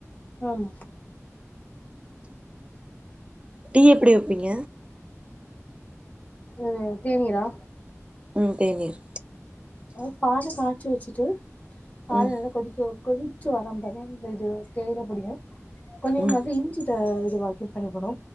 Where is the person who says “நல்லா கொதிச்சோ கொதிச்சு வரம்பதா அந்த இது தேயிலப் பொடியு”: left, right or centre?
Left